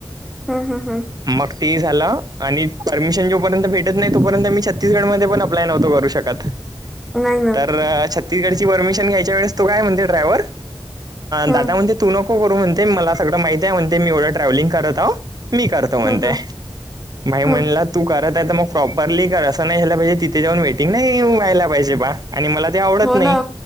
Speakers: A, in the centre; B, on the right (about 45°).
A: हम हम हम
B: मग ते झालं आणि परमिशन जोपर्यंत भेटत नाही तोपर्यंत मी छत्तीसगड मध्ये पण अप्य नव्हतो करू शकत.
A: नाही ना
B: तर छत्तीसगडची परमिशन घ्यायच्या वेळेस तो काय म्हणते ड्रायव्हर
A: हम्
B: दादा म्हणते तू नको करूणते मला सगळ माती आहे म्हणते मी एवढं ट्रॅव्हिंग करत आो. मी करतो म्हणते
A: हम् हम्
B: माई म्हणलं.
A: हम्
B: तू करत आहे मग प्रॉपरली कर असं नाही्यायला पाहिजे तिथे जाऊन वेटिंग नाही व्हायला पाहिजे बा आणि मला ते आवडतं
A: हो
B: नाही
A: ना